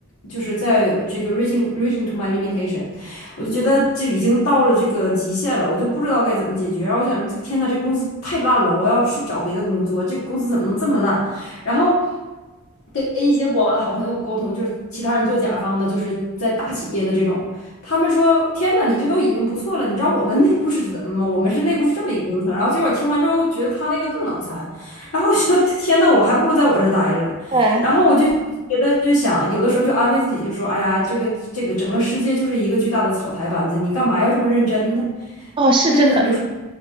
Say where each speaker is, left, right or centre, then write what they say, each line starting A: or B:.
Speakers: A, on the left; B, on the right.
A: 就是在这个 reaching reaching to my limitation，我就觉得这已经到了这个极限了，我就不知道该怎么解决。然后我想，这个天呐，这公司太烂了，我要去找别的工作，这个公司怎么能这么烂？然后。跟一些我的好朋友沟通，就是其他人做甲方的，就是在大企业的这种，他们说：“天呐，你这都已经不错了，你知道我们内部是怎么吗？我们是内部是这么一个流程。”然后结果听完之后，觉得他那个更脑残，然后想： “<laughs> 天呐，我还不如在我这儿待着了。”然后我就觉得就想，
B: 对，
A: 有的时候就安慰自己，就说：“哎呀，这个这个整个世界就是一个巨大的草台班子，你干嘛要这么认真呢？
B: 哦，是真的，
A: 认真你就说